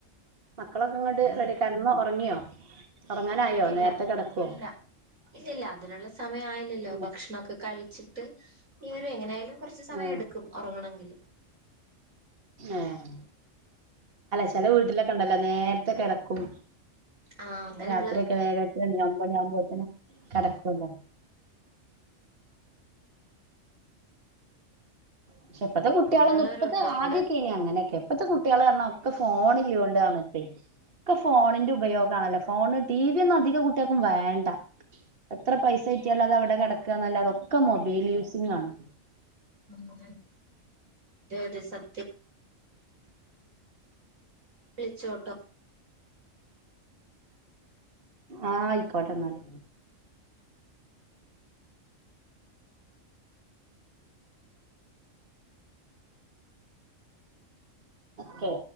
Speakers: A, on the right; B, on the right.
A: മക്കളൊക്കെ ഇങ്ങോട്ട് കിടന്ന് ഉറങ്ങിയോ ഉറങ്ങാനായോ
B: ഇല്ലല്ല
A: നേരത്തെ കിടക്കുവോ
B: ഇല്ല ഇല്ലല്ല അതിനുള്ള സമയം ആയില്ലല്ലോ
A: ഉം
B: ഭക്ഷണൊക്കെ കഴിച്ചിട്ട് ഈ ഒരു എങ്ങനൊയാലും കുറച്ച് സമയം
A: ആഹ്
B: എടുക്കും ഉറങ്ങണെങ്കിൽ.
A: ആഹ് ചില വീട്ടിലൊക്കെ ഉണ്ടല്ലോ നേരത്തെ കിടക്കും.
B: ആഹ് അങ്ങനെയുള്ളവരുണ്ട്
A: രാത്രി ഒക്കെ വേഗം ഏട് മണി അമ്പോ അമ്പോത്തിന് കടക്കുലോ. പക്ഷെ ഇപ്പത്തെ കുട്ടികളൊന്നും
B: അങ്ങനെയുള്ളവരുണ്ട്
A: മുപ്പത്തെ
B: ഇവിടെ
A: ആദ്യം അങ്ങനെയൊക്കെ എപ്പഴത്തെ കുട്ടികള് പറഞ്ഞ ഒക്കെ ഫോണ് ഇല്ല കൊണ്ടാണ്പ്പേ ഒക്കെ ഫോണിന്റെ ഉപയോഗം ആണല്ലോ ഫോണ് ടി വി ഒന്നും അധികം കുട്ടികൾക്കും വേണ്ട. എത്ര പൈസ കിട്ടിയാലും അത് അവിടെ കിടക്കുക എന്നല്ല അതൊക്കെ മൊബൈൽ യൂസിംഗ് ആണ്.
B: അങ്ങനെ ഏകദേശം. ഒളിച്ചോട്ടം
A: ആഹ ആയിക്കോട്ടെ എന്നാല്. അലോ